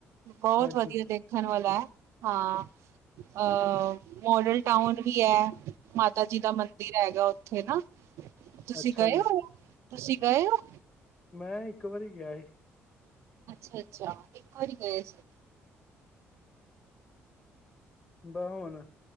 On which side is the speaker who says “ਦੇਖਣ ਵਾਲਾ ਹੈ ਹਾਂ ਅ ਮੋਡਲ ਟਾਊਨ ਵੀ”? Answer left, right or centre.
Right